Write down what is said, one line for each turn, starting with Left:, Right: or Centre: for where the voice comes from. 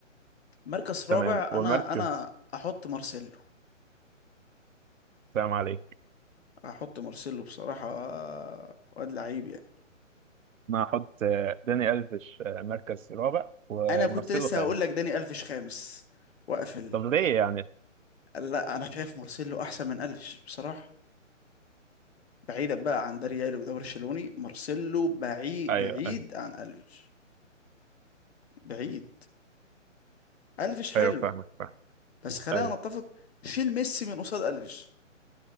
Left: مركز رابع
Right: تمام والمركز
Left: انا انا احط مارسيلو
Right: سلام عليك
Left: احط مارسيلو بصراحة واد لعيب يعني
Right: انا هحط آه، داني الفيش آه، مركز رابع ومارسيلو
Left: انا كنت لسه
Right: خامس
Left: هقول لك داني الفيش خامس واقفل
Right: طب ليه يعني
Left: لا انا شايف مارسيلو احسن من الفيش بصراحة بعيدا بقى عن ده ريالي وده برشلوني مارسيلو بعيد
Right: <laughs> ايوه
Left: بعيد عن الفيش بعيد الفيش حلو
Right: ايوه فاهمك فاهم
Left: بس خلينا
Right: ايوه
Left: نتفق شيل ميسي من قصاد الفيش